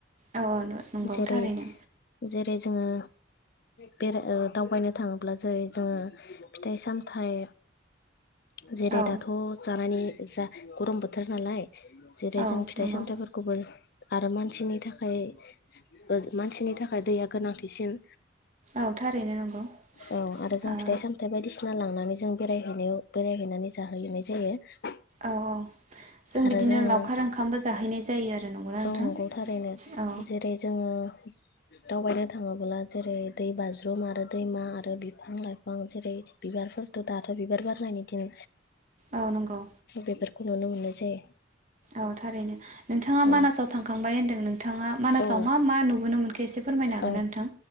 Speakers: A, on the right; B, on the left.
A: औ औ नंगौ
B: जेरै
A: थारैनो
B: जेरै <unintelligible> जोङो बेराय ओ दावबायनो थाङोब्ला जेरै जोङो फिथाइ सामथाइ जेरै
A: औ
B: दाथ जानानै जा गरम बोथोर नालाय जेरै
A: औ
B: जों फिथाइ
A: नंगौ
B: सामथायाइफोरखौबो आरो मानसिनि थाखाय ओ मानसिनि थाखाय दैया गोनांथिसिन
A: औ थारैनो नंगौ
B: औ आरो जों
A: ओ
B: <unintelligible> बायदिसिना लांनानै जों बेरायहैनायाव बेरायहैनानै जाहैनाय जायो
A: औ औ जों
B: आरो
A: बिदिनो
B: जोङो
A: लावखार ओंखामबो जाहैनाय जायो आरो नंगौना नोंथां
B: औ नंगौ थारैनो
A: औ
B: जेरै जोङो दावबायनो थाङोब्ला जेरै दै बाज्रुम आरो दैमा आरो बिफां लाइफां जेरै बिबारफोरथ दाथ बिबार बारनायनि दिन
A: औ नंगौ
B: बेफोर खुनुनो मोननोसै।
A: औ थारैनो। नोंथाङा
B: औ
A: मानासाव थांखांबाय होन्दों नोंथाङा मानासाव
B: औ
A: मा मा नुबोनो मोनखो एसे फोरमायनो हागोन
B: औ
A: नोंथां।